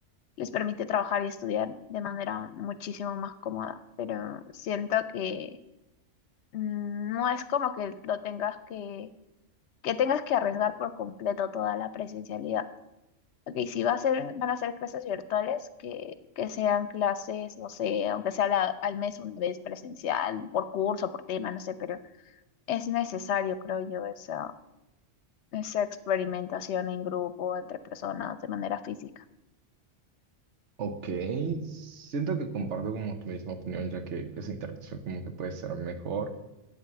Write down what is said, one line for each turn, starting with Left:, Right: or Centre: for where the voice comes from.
Left: les permite trabajar y estudiar de manera muchísimo más cómoda, pero siento que mm, no es como que lo tengas que, que tengas que arriesgar por completo toda la presencialidad. Ok, si va a ser, van a ser clases virtuales, que, que sean clases, no sé, aunque sea la- al mes una vez presencial, por curso, por tema, no sé, pero es necesario, creo yo, eso esa experimentación en grupo, entre personas, de manera física.
Right: Ok, siento que comparto como tu misma opinión, ya que esa interacción como que puede ser mejor.